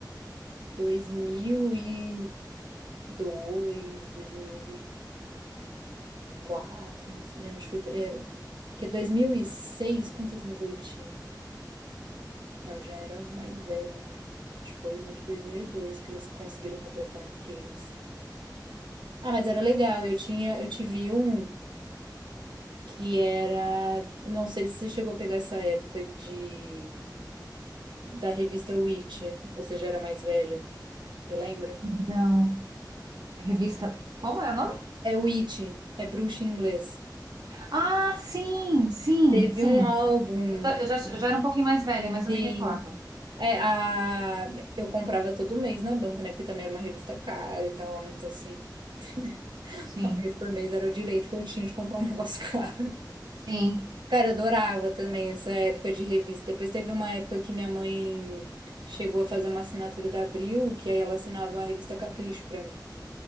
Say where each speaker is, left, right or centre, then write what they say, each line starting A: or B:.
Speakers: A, on the right; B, on the right.
A: dois mil e dois dois mil e quatro não sei onde foi. É, porque 2006, quantos anos eu tinha? Não, eu já era mais velha, né? Acho que Foi no de 2002 que eles conseguiram completar inteiro, assim. Ah, mas era legal. Eu tinha, eu tive um que era, não sei se você chegou a pegar essa época de da revista Witch, ou seja, era mais velha. Você lembra?
B: Então, revista, como é o nome?
A: É Witch, é bruxa em inglês.
B: Ah, sim, sim,
A: Teve
B: sim.
A: um álbum,
B: Eu já, eu já, eu já era um pouquinho mais velha, mas eu
A: sim,
B: me recordo.
A: É, a... Eu comprava todo mês na banca, né? Porque também era uma revista cara e tal, né? Então, assim, <laughs>
B: Sim,
A: uma vez por mês era o direito que eu tinha de comprar um <laughs> negócio caro.
B: sim.
A: Cara, eu adorava também essa época de revista. Depois teve uma época que minha mãe chegou a fazer uma assinatura da Abril, que aí ela assinava a revista Capricho pra mim.